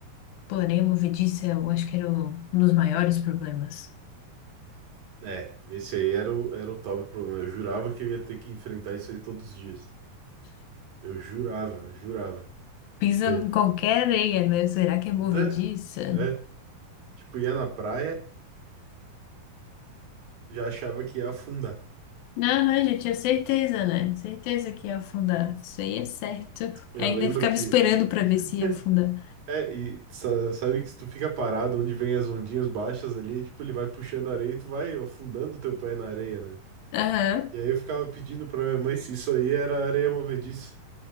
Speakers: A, on the left; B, on the right.
A: Pô, areia movediça, eu acho que era o- um dos maiores problemas.
B: É, esse aí era o, era o top problema. Eu jurava que eu ia ter que enfrentar isso aí todos os dias. Eu jurava, jurava.
A: Pisa
B: É,
A: em qualquer areia, né? Será que é movediça?
B: né? É. Tipo, ia na praia, já achava que ia afundar.
A: Aham, já tinha certeza, né? Certeza que ia afundar. Isso aí é certo.
B: Eu
A: Ainda
B: lembro
A: ficava
B: que.
A: esperando pra ver
B: <laughs>
A: se ia afundar.
B: É, e sa- sabe que se tu fica parado onde vem as ondinhas baixas ali, tipo, ele vai puxando a areia e tu vai afundando teu pé na areia, né?
A: Aham.
B: E aí eu ficava pedindo pra minha mãe se isso aí era areia movediça.